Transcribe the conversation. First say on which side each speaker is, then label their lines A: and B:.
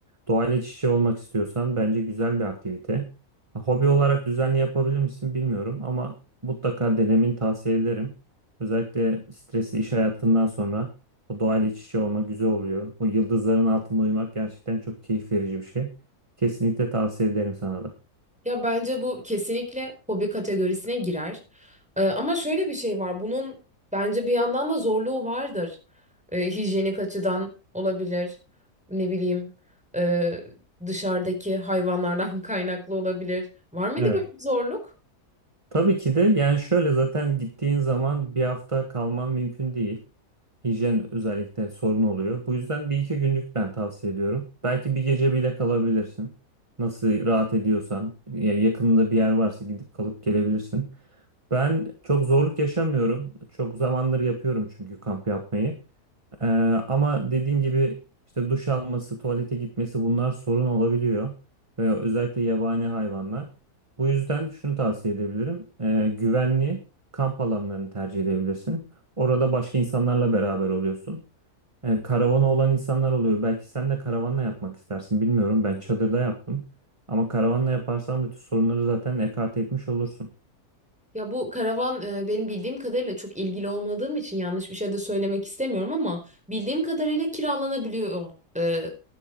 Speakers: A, on the right; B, in the centre.
A: doğayla iç içe olmak istiyorsan bence güzel bir aktivite. Hobi olarak düzenli yapabilir misin bilmiyorum ama mutlaka denemeni tavsiye ederim. Özellikle stresli iş hayatından sonra o doğayla iç içe olma güzel oluyor. O yıldızların altında uyumak gerçekten çok keyif verici bir şey. Kesinlikle tavsiye ederim sana da.
B: Ya bence bu kesinlikle hobi kategorisine girer. Ee, ama şöyle bir şey var. Bunun bence bir yandan da zorluğu vardır. Ee, hijyenik açıdan olabilir. Ne bileyim, e, dışarıdaki hayvanlardan <laughs> kaynaklı olabilir. Var mıydı
A: Evet.
B: böyle bir zorluk?
A: Tabii ki de yani şöyle zaten gittiğin zaman bir hafta kalman mümkün değil. Hijyen özellikle sorun oluyor. Bu yüzden bir iki günlük ben tavsiye ediyorum. Belki bir gece bile kalabilirsin. Nasıl rahat ediyorsan ya yakınında bir yer varsa gidip kalıp gelebilirsin. Ben çok zorluk yaşamıyorum. Çok zamandır yapıyorum çünkü kamp yapmayı. Ee, ama dediğin gibi işte duş alması, tuvalete gitmesi bunlar sorun olabiliyor. Ve özellikle yabani hayvanlar. Bu yüzden şunu tavsiye edebilirim. Ee, güvenli kamp alanlarını tercih edebilirsin. Orada başka insanlarla beraber oluyorsun. Ee, karavana olan insanlar oluyor. Belki sen de karavanla yapmak istersin. Bilmiyorum. Ben çadırda yaptım. Ama karavanla yaparsan bütün sorunları zaten ekarte etmiş olursun.
B: Ya bu karavan e, benim bildiğim kadarıyla çok ilgili olmadığım için yanlış bir şey de söylemek istemiyorum ama bildiğim kadarıyla kiralanabiliyor. Ee,